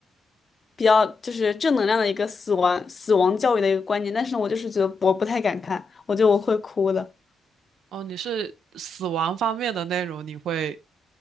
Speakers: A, on the left; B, on the right.
A: 比较就是正能量的一个死亡死亡教育的一个观念，但是我就是觉得我不太敢看，我觉得我会哭的，
B: 哦，你是死亡方面的内容，你会